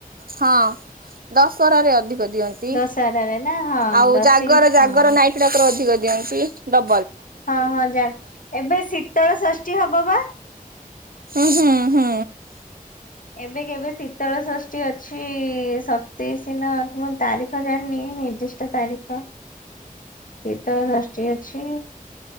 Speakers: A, on the right (about 80°); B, on the left (about 65°).
A: ହଁ ଦଶହରାରେ ଅଧିକ ଦିଅନ୍ତି।
B: ଦଶହରାରେ ନା ହଁ
A: ଆଉ
B: ଦଶିକା
A: ଜାଗର ଜାଗର
B: ହଁ
A: ନାଇଟ ଟାକର ଅଧିକ ଦଅନ୍ତି ।ଡ
B: ହଁ ହଁ ଜାଣି ଏବେ ଶୀତଳ ଷଷ୍ଠୀ ହବ ବା ।
A: ହୁଁ ହୁଁ ହୁଁ।
B: ଏବେ କେବେ ଶୀତଳ ଷଷ୍ଠୀ ଅଛି ସତେଇଶି ନା ମୁଁ ତାରିଖ ଜାଣିନି ନିର୍ଦ୍ଦିଷ୍ଟ ତାରିଖ ଶୀତଳ ଷଷ୍ଠୀ ଅଛି।